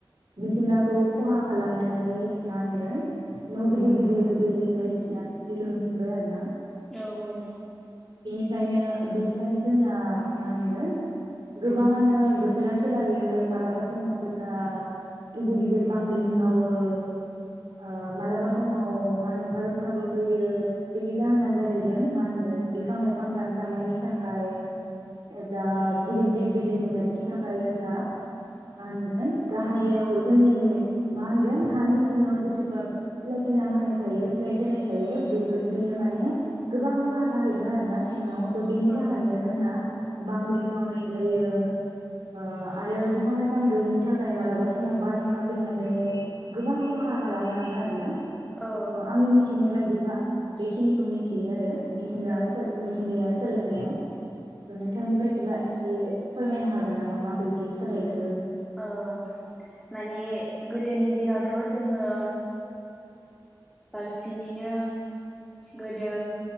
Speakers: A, on the right; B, in the centre.
A: मिथिंगाखौ खहा खालामनानै मा होनदों न' गिदिर गिदिर बिल्डिं बायदिसिना बेबायदि लुनो हमबाय आरो ना
B: औ औ
A: ओंखायनो बेनिखायनो जोंना मा होनगोन गोबाङानो बोथोरा सोलायो मालाबा समाव जोंना गिदिर गिदिर बांग्रिं मावो ओ मालाबा समाव मा होनो बारहुंखाबो फैयो बेनि जाहोना जाहैदों मा होनगोन बिफां लाइफां दानस्रांनायनि थाखाय एबा गिदिर गिदिर बिल्डिं लुनायनि थाखाय जोंना मा होनगोन गाहाययाव जोंनि मा होनगोन हानि सिङाव जिथुबा प्लेटिनाम होननाय थायो प्लेट होननाय थायो बेफोर बेयो माने गोबां खहा जाहैदों आरो ना सिङाव त' बिनि
B: औ
A: थाखायनो
B: औ
A: जोंना बांग्रिं मावनाय जायो ओ आरो बिफां लाइफां गैयिनि थाखाय मालाबा समाव बारहुंखा फैनानै गोबां खहा खालामलाङो आरो ना
B: औ
A: ओ आंनि मिथिनाय बाय बिदिबा बेखिनिखौ मिथियो आरो मिथिंगा
B: औ
A: सो
B: औ
A: मिथिंगाया सोलायनायाव नोंथांनि बायदिबा एसे फोरमायनो हागोन नामा माबायदि सोलायखो
B: औ माने गोदोनि दिनावथ' जोङो बांसिनैनो गोदो